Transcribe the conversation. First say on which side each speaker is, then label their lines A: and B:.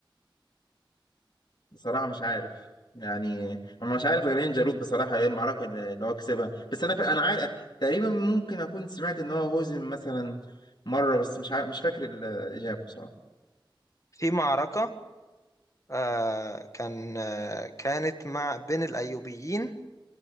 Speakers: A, on the left (about 55°); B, on the left (about 35°).
A: بصراحه مش عارف يعني انا مش عارف غير هين جالوت بصراحه اللي هي المعركه اللي اللي هو كسبها بس انا ف... انا عارف تقريبا ممكن اكون سمعت ان هو هزم مثلا مره بس مش عارف مش فاكر الاجابه بصراحه
B: في معركة آه كان آه كانت مع بين الأيوبيين